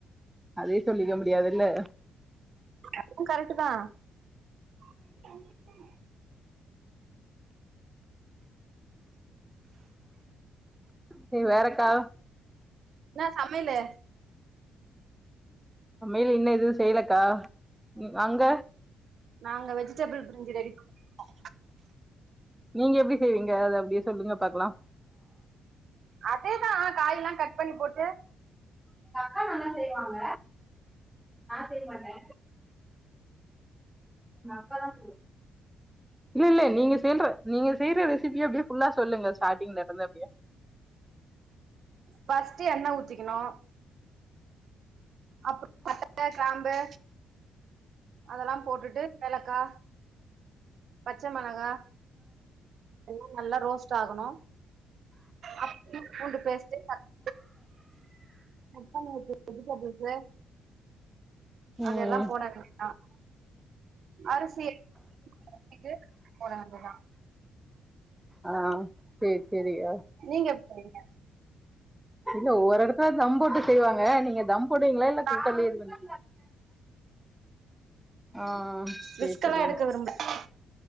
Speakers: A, in the centre; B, on the right.
A: அதே சொல்லிக்க முடியாதுல்ல
B: அதுவு கரெக்ட்டு தா <unintelligible>
A: செ வேறக்கா
B: என்ன சமையலு
A: சமையல் இன்னு எதுவு செய்யலக்கா அங்க
B: நாங்க வெஜிடபிள் பிரிஞ்சு ரெடி <inaudible>
A: நீங்க எப்டி செய்வீங்க அத அப்டியே சொல்லுங்க பாக்கலாம்
B: அதேதா காய்இல்லா கட் பண்ணி போட்டு
A: எங்க அக்கா நல்லா செய்வாங்க நா செய் மாட்டே எங்க அக்கா தா செய்யு இல்ல இல்ல நீங்க செய்த்ற நீங்க செய்ற ரெசிபிய அப்டியே ஃபுல்லா சொல்லுங்க ஸார்டிங்ல இருந்து அப்டியே
B: ஃபஸ்ட்டு எண்ண ஊத்திக்கணு அப்புறோ பட்ட கிராம்பு அதல்லா போட்டுட்டு ஏலக்கா பச்ச மெளகா எல்லா நல்லா ரோஸ்ட் ஆகணு அப் பூண்டு பேஸ்ட்டு தக் அப்ப நா இப்ப எதுக்காஹ் பேச
A: ம்
B: அதெல்லா போடா <unintelligible> அரிசிய <unintelligible> எடுத்துடு போட வேண்டியதா
A: ஆ சேரி சேரிக
B: நீங்க எப்டிங்க
A: இல்ல ஒரு ஒருத்தரு தம் போட்டு செய்வாங்க நீங்க தம் போடுவீங்களா இல்ல
B: நா
A: குக்கர்லயே இது பண்ணீ ஆ செரி
B: ரிஸ்கெல்லா
A: செரி
B: எடுக்க விரும்பல